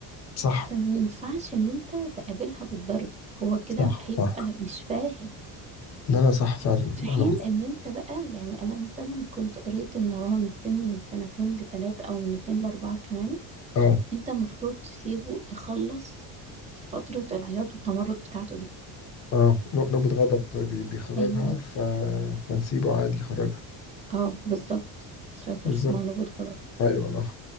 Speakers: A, on the left (about 40°); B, on the right (about 15°).
A: صح
B: فما ينفعش إن أنت تقابلها بالضرب هو كده
A: صح
B: هيبقى
A: صح
B: مش فاهم
A: لا لا صح فعلا
B: في حين
A: انا م-
B: إن أنت بقى يعني أنا مثلا كنت قريت إن هو من السن من سنتين لتلاتة أو من اتنين لأربعة كمان
A: اه
B: انت المفروض تسيبه يخلص فترة العياط والتمرد بتاعته دي
A: اه نو- نوبة غضب بي- بيخرجها
B: ايوه
A: ف... فنسيبه عادي يخرجها
B: اه بالظبط شاطر
A: بالظبط
B: اسمها نبوة غضب
A: ايوه انا